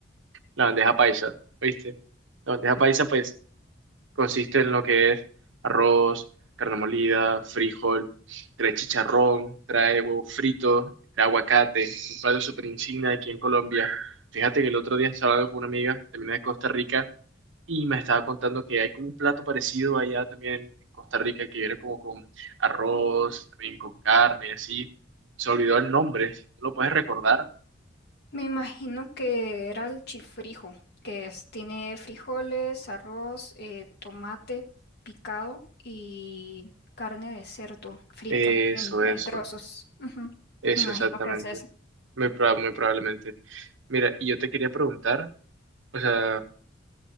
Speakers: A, on the right; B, on the left.
A: la bandeja paisa, ¿viste? La bandeja paisa, pues, consiste en lo que es arroz, carne molida, frijol, trae chicharrón, trae huevo frito, trae aguacate, un plato súper insignia aquí en Colombia. Fíjate que el otro día estaba hablando con una amiga, también de Costa Rica, y me estaba contando que hay como un plato parecido allá también en Costa Rica que viene como con arroz, también con carne, así. Se olvidó el nombre, si tú lo puedes recordar.
B: Me imagino que era el chifrijo, que es, tiene frijoles, arroz, eh, tomate picado y carne de cerdo frita
A: Eso,
B: en,
A: eso,
B: en trozos. Ujú.
A: eso
B: Me imagino
A: exactamente.
B: que es eso.
A: Muy, proba- muy probablemente. Mira, y yo te quería preguntar, o sea,